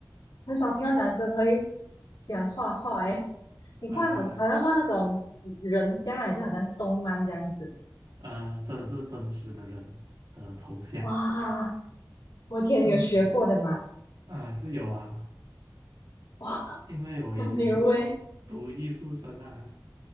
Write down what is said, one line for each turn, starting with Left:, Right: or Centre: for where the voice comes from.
Left: 很少听到男生会喜欢画画诶。你画好像好像画那种人像啊还是好像动漫这样子？
Right: 呃呃，真的是真实的人的头像。
Left: 哇，我的天，
Right: 嗯，
Left: 你有学过的吗？
Right: 啊，是有啊，
Left: 哇，<laughs>
Right: 因为我以前是读艺术生啊，
Left: 很牛诶。